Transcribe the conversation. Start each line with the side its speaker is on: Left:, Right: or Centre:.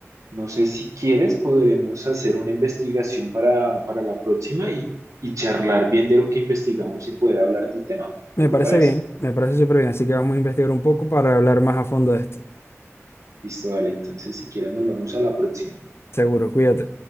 Right: No sé si quieres, podremos hacer una investigación para, para la próxima y, y charlar bien de lo que investigamos y poder hablar del tema.
Left: Me
Right: ¿Qué te
Left: parece
Right: parece?
Left: bien, me parece súper bien, así que vamos a investigar un poco para hablar más a fondo de esto.
Right: Listo, dale. Entonces, si quieres, nos vemos a la próxima.
Left: Seguro, cuídate.